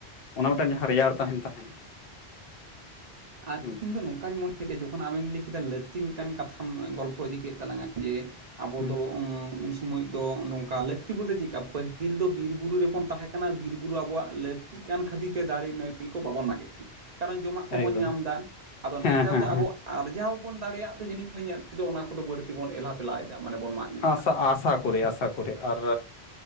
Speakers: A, on the left; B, on the right.
A: ᱚᱱᱟ ᱢᱤᱫᱴᱟᱝ ᱡᱟᱦᱟᱸ ᱨᱮᱭᱟᱲ ᱛᱟᱦᱮᱱ ᱛᱟᱦᱮᱱ
B: ᱟᱨ
A: ᱦᱩᱸ
B: ᱤᱧ ᱫᱚ ᱱᱚᱝᱠᱟᱧ ᱢᱚᱱᱮ ᱜᱮ ᱡᱚᱼᱼ ᱼᱼᱠᱷᱚᱱ ᱟᱮᱢ ᱞᱟᱹᱭ ᱠᱮᱫᱟ ᱞᱟᱹᱠᱛᱤ ᱢᱤᱫᱴᱟᱝ ᱠᱟᱛᱷᱟᱢ ᱜᱚᱞᱯᱷᱚ ᱤᱫᱤ ᱠᱮᱫ ᱛᱟᱞᱟᱝᱟ ᱡᱮ ᱟᱵᱚ
A: ᱦᱩᱸ
B: ᱫᱚ ᱩᱸᱻ ᱥᱚᱢᱚᱭ ᱫᱚ ᱱᱚᱝᱠᱟ ᱞᱟᱹᱠᱛᱤ ᱵᱚᱞᱛᱮ ᱪᱮᱫ ᱞᱮᱠᱟ ᱯᱟᱹᱦᱤᱞ ᱫᱚ ᱵᱤᱨ ᱵᱩᱨᱩ ᱨᱮᱵᱚᱱ ᱛᱟᱦᱮᱸ ᱠᱟᱱᱟ ᱵᱤᱨ ᱵᱩᱨᱩ ᱟᱵᱚᱣᱟᱜ ᱞᱟᱹᱠᱼ ᱠᱟᱹᱜ <unintelligible> ᱠᱟᱱ ᱠᱷᱟᱹᱛᱤᱨ ᱛᱮ ᱫᱟᱨᱮ ᱱᱟᱹᱲᱤ ᱠᱚ ᱵᱟᱵᱚᱱ ᱢᱟᱜᱮᱛ ᱛᱟᱦᱮᱸ ᱠᱟᱨᱚᱱ ᱡᱚᱢᱟᱜ ᱠᱚᱵᱚᱱ
A: ᱮᱠᱫᱚᱢ
B: ᱧᱟᱢ ᱮᱫᱟ ᱟᱫᱚ ᱱᱮᱛᱟᱨ
A: ᱦᱮᱸ ᱦᱮᱸ
B: ᱫᱚ ᱟᱵᱚᱣᱟᱜ ᱟᱨ ᱡᱟᱦᱟᱸ ᱵᱚᱱ ᱫᱟᱲᱮᱭᱟᱜ ᱛᱮ ᱡᱟᱹᱱᱤᱡ ᱠᱷᱟᱱ ᱤᱧᱟᱹᱜ ᱫᱚ ᱚᱱᱟ ᱠᱚᱫᱚ ᱵᱟᱹᱲᱛᱤᱵᱚᱱ ᱮᱞᱟ ᱯᱮᱞᱟᱭᱮᱫᱟ ᱢᱟᱱᱮ ᱵᱚᱱ ᱢᱟᱜ ᱜᱤᱰᱤ
A: ᱟᱥᱟ
B: ᱠᱟᱜ ᱠᱟᱱᱟ
A: ᱟᱥᱟ ᱠᱚᱨᱤ ᱟᱥᱟ ᱠᱚᱨᱤ ᱟᱨ